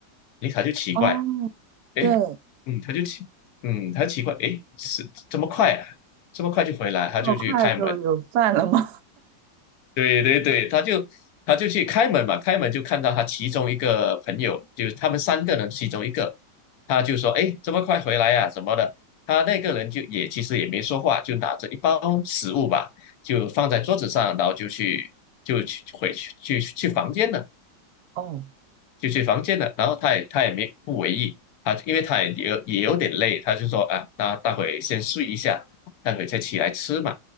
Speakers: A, on the left (about 65°); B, on the right (about 70°).
A: 诶，他就奇怪，
B: 哦，
A: 诶，
B: 对，
A: 嗯，他就奇，嗯，他奇怪，诶，是这么快啊？这么快就回来，他就去开门，
B: 这么快就有饭了吗？
A: 对对对，他就他就去开门嘛，开门就看到他其中一个朋友，就是他们三个人其中一个，他就说：“哎，这么快回来呀、什么的。”他那个人就也其实也没说话，就拿着一包食物吧，就放在桌子上，然后就去就去回去去去房间了，
B: <laughs> 哦，
A: 就去房间了。然后他也他也没不为意，他因为他也也有也有点累，他就说：“啊，那待会先睡一下，待会再起来吃嘛，